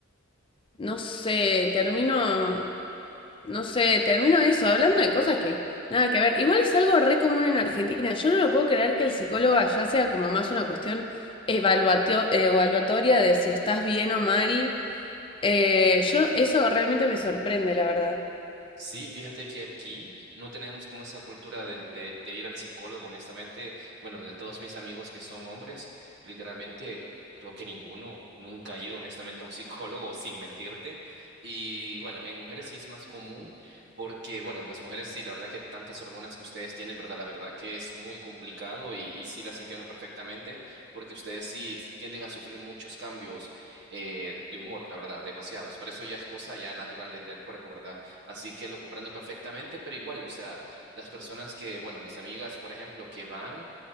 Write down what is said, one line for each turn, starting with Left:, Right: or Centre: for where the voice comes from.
Left: no sé, termino No sé, termino de eso, hablando de cosas que nada que ver. Igual es algo re común en Argentina. Yo no lo puedo creer que el psicólogo allá sea como más una cuestión evaluatio- evaluatoria de si estás bien o mal. Eh, yo, eso realmente me sorprende, la verdad.
Right: Sí, fíjate que aquí no tenemos como esa cultura del- de, de, ir al psicólogo, honestamente. Bueno, de todos mis amigos que son hombres, literalmente creo que ninguno nunca ha ido honestamente a un <laughs> psicólogo, sin mentirte. Y bueno, en mujeres sí es más común porque, bueno, las mujeres sí, la verdad que tantas hormonas que ustedes tienen, ¿verdad? La verdad que es muy complicado y, y sí las entiendo perfectamente porque ustedes sí tienden a sufrir muchos cambios eh, de humor, la verdad, demasiados. Pero eso ya es cosa ya natural de- del cuerpo, ¿verdad? Así que lo comprendo perfectamente, pero igual, o sea, las personas que, bueno, mis amigas, por ejemplo, que van,